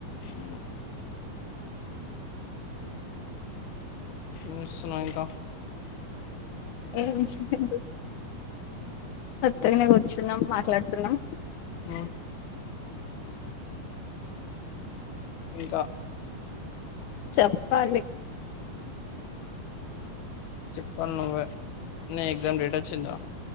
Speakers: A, on the left (about 80°); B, on the left (about 70°).
A: ఊ మీసునా ఇంకా
B: ఏం లేదు కొత్తగానే కూర్చున్నాం మాట్లాడుతున్నాం
A: ఆ ఇంకా
B: చెప్పాలి
A: చెప్పాలి నువ్వ నీ ఎగ్జామ్ డేట్ వచ్చిందా